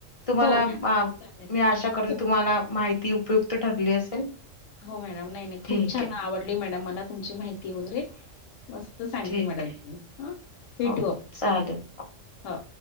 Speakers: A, on the left; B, on the left.
A: तुम्हाला
B: हो मॅडम चालेल
A: मी आशा
B: खूप
A: तुम्हाला माहिती उपयुत ठरली असेल.
B: हो मॅडम नाय नाय
A: ठीक
B: खूप छान
A: आहे
B: आवडली मॅडम मला तुमची माहिती वगैरे. मस्त सांगली
A: ठीक
B: मॅडम
A: आहे
B: तुम्ही हा भेटू
A: हो
B: आपण
A: चालेल
B: हो.